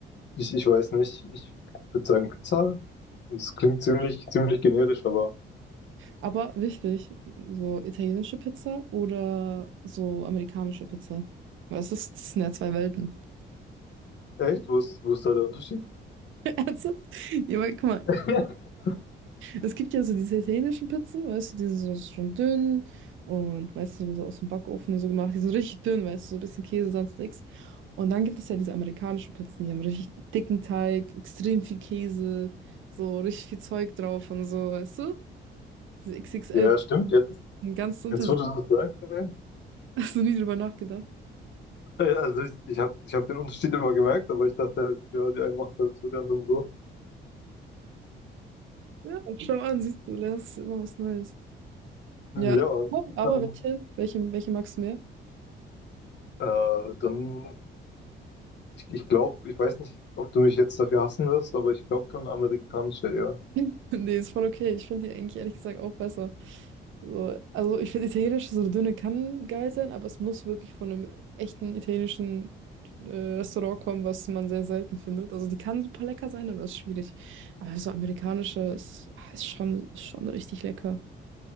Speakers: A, on the left; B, on the right.
A: ich, ich weiß nicht, ich würde sagen Pizza. Das klingt ziemlich, ziemlich generisch, aber
B: Aber wichtig, so italienische Pizza oder so amerikanische Pizza. Weil es ist, das sind ja zwei Welten. <laughs>
A: echt? Wo ist, wo ist da der Unterschied?
B: Also, ja, weil, guck mal,
A: <laughs>
B: Es gibt ja so diese italienischen Pizzen, weißt du, die sind so schon dünn und meistens sind so aus dem Backofen und so gemacht. Die sind richtig dünn, weißt du, so ein bisschen Käse, sonst nichts. Und dann gibt es ja diese amerikanischen Pizzen, die haben richtig dicken Teig, extrem viel Käse, so richtig viel Zeug drauf und so, weißt du? Diese XXL,
A: Ja, stimmt, jetzt,
B: ein ganz Unterschied.
A: jetzt wo du das sagst. ey.
B: Hast du nie drüber nachgedacht?
A: Äh, Also ich, ich habe ich hab den Unterschied immer gemerkt, aber ich dachte halt, ja, die einen machen es halt so ganz und so.
B: Ja, schau an, siehst du, lernst immer was Neues. Ja,
A: Ja,
B: aber
A: ähm,
B: welche, welche, welche magst du mehr?
A: äh, dann Ich, ich glaube, ich weiß nicht, ob du mich jetzt dafür hassen wirst, aber ich glaube dann amerikanische, ja.
B: <laughs> Nee, ist voll okay. Ich finde die eigentlich ehrlich gesagt auch besser. So, also ich finde Italienisch so eine Dünne kann geil sein, aber es muss wirklich von einem echten italienischen äh, Restaurant kommen, was man sehr selten findet. Also die kann super lecker sein, aber das ist schwierig. Aber so amerikanische ist, ah, ist schon, ist schon richtig lecker.